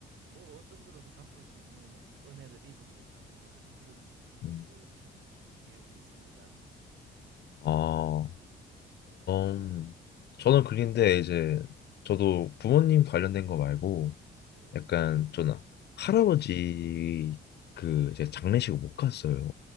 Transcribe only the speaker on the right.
뭐 어떤 거로도 갚을 수 없는 어, 은혜를 입은 것 같고 하는 그런
그 추- 기억이 있습니다.
네.